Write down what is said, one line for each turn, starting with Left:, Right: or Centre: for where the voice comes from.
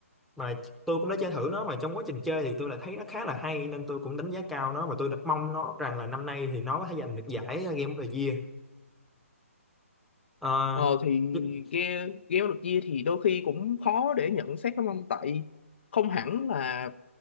Centre: mà tôi cũng đã chơi thử nó mà trong quá trình chơi thì tôi lại thấy nó khá là hay nên tôi cũng đánh giá cao nó và tôi đã mong nó rằng là năm nay thì nó có thể giành được giải ờ, Game of the Year Ờ,
Left: ờ thì
Centre: nhưng-
Left: game game được chia thì đôi khi cũng khó để nhận xét lắm ông tại không hẳn là